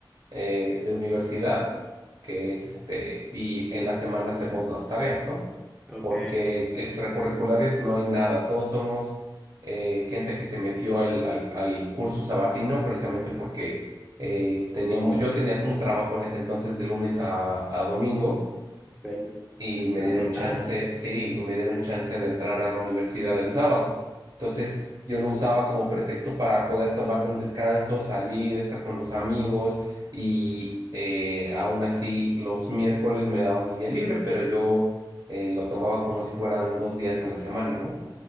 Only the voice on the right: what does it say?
eh, de universidad, que es este, y en la semana hacemos las tareas, ¿no?
porque extracurriculares no hay nada, todos somos eh, gente que se metió al, al- al curso sabatino precisamente porque eh, teníamos, yo tenía un trabajo en ese entonces de lunes a, a domingo
y
me dieron
chance, sí, y me dieron chance de entrar a la universidad el sábado. Entonces, yo lo usaba como pretexto para poder tomarme un descanso, salir, estar con los amigos y eh, aún así los miércoles me daban mi día libre, pero yo eh, lo tomaba como si fueran dos días a la semana, ¿no?